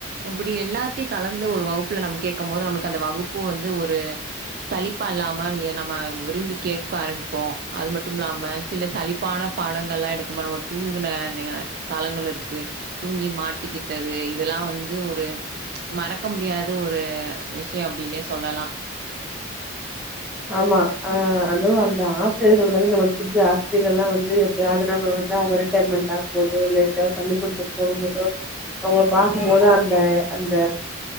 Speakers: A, on the right; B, in the centre.
A: இப்டி எல்லாத்தை கலந்த ஒரு வகுப்புல நம்ம கேக் மொதல்ல அந்த வகுப் பூ வந்து ஒரு சலிப்பா இல்லாம ஏ நம்ம விரும்பி கேட்க ஆரம்பி ப்போ. அது மட்டுமில்லாம சில சலிப்பான பாடங்கள்லா எடுக்கும்போது நம்ம தூங்குன காலங்கள் இருக்கு. தூங்கி மாட்டிக்கிட்டது இதெல்லா வந்து ஒரு மறக்க முடியாத ஒரு விஷயம் அப்டின்னே சொல்லலா
B: ஆமா அ அதுவு அந்த ஆசிரியர்கள் வந்து நம்மளுக்கு பிடிச்ச ஆசிரியர்கள் எல்லா வந்து எப்பயாவது நம்ம வந்து அவங்க ரிட்டையர்மெண்ட் ஆகும்போதோ இல்ல எங்கயாவது பள்ளிக்கூடத்துக்கு போகும் போதோ அவங்கள பாக்கும்போதோ அந்த அந்த